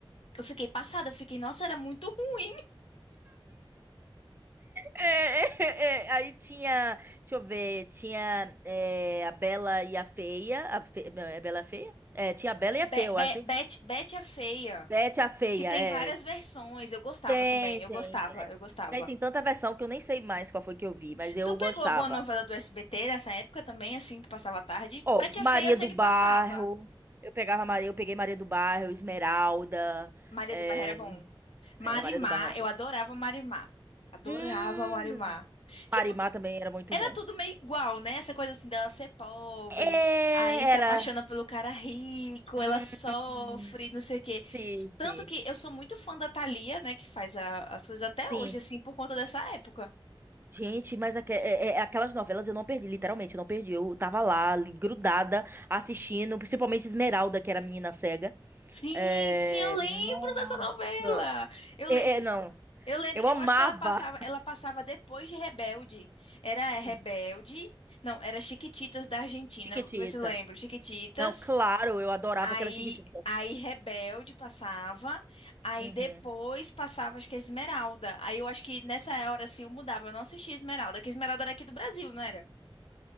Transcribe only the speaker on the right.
É, é, é, é. aí tinha, deixa eu ver, tinha é, a Bela e a Feia, a Fe- não, é a Bela e a Feia? É, tinha a Bela e a
Feia, eu
acho.
Bete a Feia,
é.
Tem,
tem.
É,
Daí tem tanta versão que eu nem sei mais qual foi que eu vi, mas eu
gostava.
Ó,
Maria
do
Bairro,
eu pegava Maria, eu peguei Maria do Bairro, Esmeralda,
é,
é, Maria do Bairro era bom.
Hum,
Marimar
também era muito
bom.
É,
era.
Hum,
sim,
sim.
Sim.
Gente, mas aque- é- é- é aquelas novelas eu não perdi, literalmente, eu não perdi. Eu tava lá, ali, grudada, assistindo, principalmente Esmeralda, que era a menina cega.
É,
Nossa.
É,
é, não.
Eu
amava.
Sim,
Chiquititas.
Não, claro, eu adorava
aquelas Chiquititas.
Uhum.